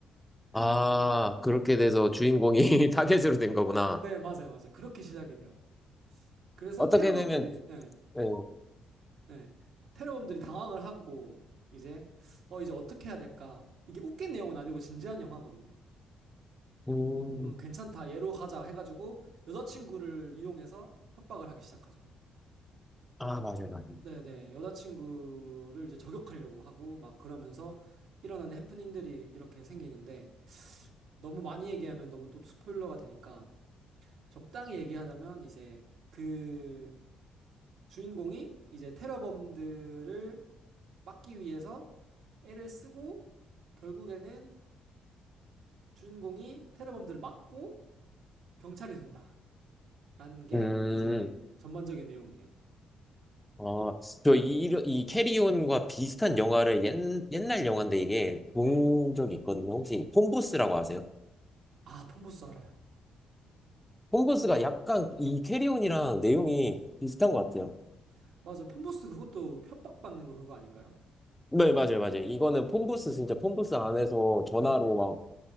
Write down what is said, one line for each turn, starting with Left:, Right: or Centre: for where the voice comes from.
Centre: 아, 그렇게 돼서 주인공이 <laughs> 타겟으로 된 거구나.
Right: 네, 맞아요, 맞아요. 그렇게 시작이 돼요. 그래서
Centre: 어떻게
Right: 테러범들이,
Centre: 되면,
Right: 예,
Centre: 예.
Right: 예, 테러범들이 당황을 하고, 이제, 어, 이제 어떻게 해야 될까. 이게 웃긴 내용은 아니고 진지한 영화거든요.
Centre: 음,
Right: 음, 괜찮다. 얘로 하자 해가지고 여자친구를 이용해서 협박을 하기 시작하죠.
Centre: 아, 맞아요, 맞아요.
Right: 네네. 여자친구를 이제 저격하려고 하고 막 그러면서 일어나는 해프닝들이 이렇게 생기는데 너무 많이 얘기하면 너무 또 스포일러가 되니까 적당히 얘기하자면 이제 그 주인공이 이제 테러범들을 막기 위해서 애를 쓰고 결국에는 주인공이 테러범들을 막고 경찰이 된다라는 게
Centre: 음,
Right: 이제 전반적인 내용이에요.
Centre: 아, 저 이, 이 캐리온과 비슷한 영화를 옛, 옛날 영화인데 이게 본
Right: 네.
Centre: 적이 있거든요. 혹시 폰부스라고 아세요?
Right: 아, 폰부스 알아요.
Centre: 폰부스가 약간 이 캐리온이랑 내용이 비슷한
Right: 네.
Centre: 것 같아요.
Right: 맞아. 폰부스 그것도 협박받는 거 그거 아닌가요?
Centre: 네, 맞아요, 맞아요. 이거는 폰부스, 진짜 폰부스 안에서 전화로
Right: 네네.
Centre: 막